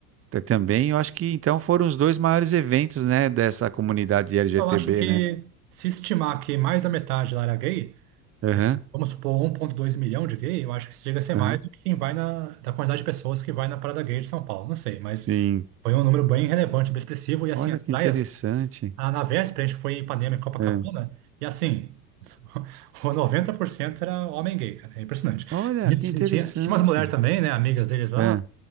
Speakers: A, on the right; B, on the right.
A: t- também eu acho que então foram os dois maiores eventos, né? Dessa comunidade LGTB,
B: Eu acho que
A: né?
B: se estimar que mais da metade lá era gay,
A: Aham,
B: vamos supor um ponto dois milhão de gay, eu acho que isso chega a ser
A: aham.
B: mais do que quem vai na, da quantidade de pessoas que vai na Parada Gay de São Paulo, não sei, mas
A: Sim.
B: foi um número bem relevante, bem expressivo, e assim,
A: Olha
B: as
A: que
B: praias,
A: interessante.
B: ah, na véspera a gente foi em Ipanema e Copacabana,
A: É.
B: e assim, <laughs> o 90% era homem gay, cara, é impressionante.
A: Olha
B: E
A: que
B: t-
A: interessante.
B: tinha, tinha umas mulheres também, né, amigas deles lá,
A: É.